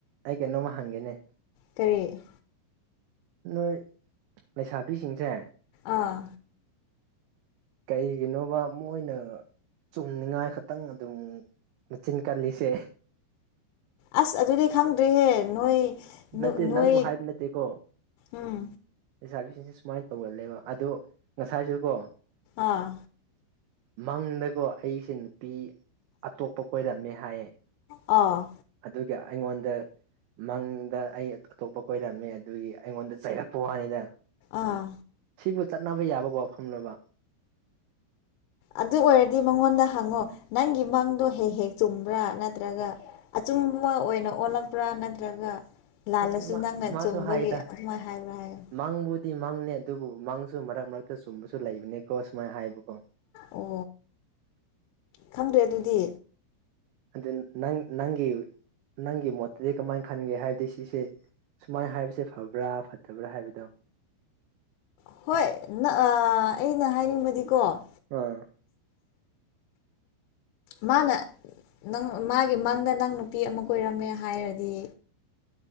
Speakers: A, on the right; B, on the left.
A: ꯑꯩ ꯀꯩꯅꯣꯝꯃ ꯍꯪꯒꯦꯅꯦ
B: ꯇꯔꯦ
A: ꯅꯣꯏ ꯂꯩꯁꯥꯕꯤꯁꯤꯡꯁꯦ
B: ꯑꯥ
A: ꯀꯩꯒꯤꯅꯣꯕ ꯃꯣꯏꯅ ꯆꯨꯝꯅꯤꯡꯉꯥꯏ ꯈꯛꯇꯪ ꯑꯗꯨꯝ ꯃꯆꯤꯟ ꯀꯜꯂꯤꯁꯦ
B: ꯑꯁ ꯑꯗꯨꯗꯤ ꯈꯪꯗ꯭ꯔꯤꯍꯦ ꯅꯣꯏ
A: ꯅꯠꯇꯦ
B: ꯅꯣꯏ
A: ꯅꯪꯕꯨ ꯍꯥꯏꯕ ꯅꯠꯇꯦꯀꯣ
B: ꯎꯝ
A: ꯂꯩꯁꯥꯕꯤꯁꯤꯡꯁꯦ ꯁꯨꯃꯥꯏꯅ ꯇꯧꯒꯜꯂꯦꯕ ꯑꯗꯣ ꯉꯁꯥꯏꯁꯨ ꯀꯣ
B: ꯑꯥ
A: ꯃꯪꯗꯀꯣ ꯑꯩꯁꯦ ꯅꯨꯄꯤ ꯑꯇꯣꯞꯄ ꯀꯣꯏꯔꯝꯃꯦ ꯍꯥꯏꯌꯦ
B: ꯑ
A: ꯑꯗꯨꯒꯒꯤ ꯑꯩꯉꯣꯟꯗ ꯃꯪꯗ ꯑꯩ ꯑꯇꯣꯞꯄ ꯀꯣꯏꯔꯝꯃꯦ ꯑꯗꯨꯒꯤ ꯑꯩꯉꯣꯟꯗ ꯆꯩꯔꯛꯄ ꯋꯥꯅꯤꯗ
B: ꯑꯥ
A: ꯁꯤꯕꯨ ꯆꯠꯅꯕ ꯌꯥꯕ ꯋꯥꯐꯝꯅꯦꯕ
B: ꯑꯗꯨ ꯑꯣꯏꯔꯗꯤ ꯃꯉꯣꯟꯗ ꯍꯪꯉꯨ ꯅꯪꯒꯤ ꯃꯪꯗꯣ ꯍꯦꯛ ꯍꯦꯛ ꯆꯨꯝꯕ꯭ꯔꯥ ꯅꯠꯇ꯭ꯔꯒ ꯑꯆꯨꯝꯕ ꯑꯣꯏꯅ ꯑꯣꯜꯂꯛꯄ꯭ꯔꯥ ꯅꯠꯇ꯭ꯔꯒ ꯂꯥꯜꯂꯁꯨ
A: ꯅꯠꯇꯦ ꯃꯥ
B: ꯅꯪꯅ
A: ꯃꯥꯁꯨ
B: ꯆꯨꯝꯕꯒꯤ
A: ꯍꯥꯏꯗ
B: ꯑꯗꯨꯃꯥꯏꯅ ꯍꯥꯏꯕ꯭ꯔꯥ ꯍꯥꯏꯌꯣ
A: ꯃꯪꯕꯨꯗꯤ ꯃꯪꯅꯦ ꯑꯗꯨꯕꯨ ꯃꯪꯁꯨ ꯃꯔꯛ ꯃꯔꯛꯇ ꯆꯨꯝꯕꯁꯨ ꯂꯩꯕꯅꯦꯀꯣ ꯁꯨꯃꯥꯏꯅ ꯍꯥꯏꯕꯀꯣ
B: ꯑꯣ ꯈꯪꯗ꯭ꯔꯦ ꯑꯗꯨꯗꯤ
A: ꯑꯗꯨ ꯅꯪ ꯅꯪꯒꯤ ꯅꯪꯒꯤ ꯃꯣꯠꯇꯗꯤ ꯀꯃꯥꯏ ꯈꯟꯒꯦ ꯍꯥꯏꯕꯗꯤ ꯁꯤꯁꯦ ꯁꯨꯃꯥꯏꯅ ꯍꯥꯏꯕꯁꯦ ꯐꯕ꯭ꯔꯥ ꯐꯠꯇꯕ꯭ꯔꯥ ꯍꯥꯏꯕꯗꯣ
B: ꯍꯣꯏ ꯑꯩꯅ ꯍꯥꯏꯅꯤꯡꯕꯗꯤꯀꯣ
A: ꯑꯝ
B: ꯃꯥꯅ ꯅꯪ ꯃꯥꯒꯤ ꯃꯪꯗ ꯅꯪ ꯅꯨꯄꯤ ꯑꯃ ꯀꯣꯏꯔꯝꯃꯦ ꯍꯥꯏꯔꯗꯤ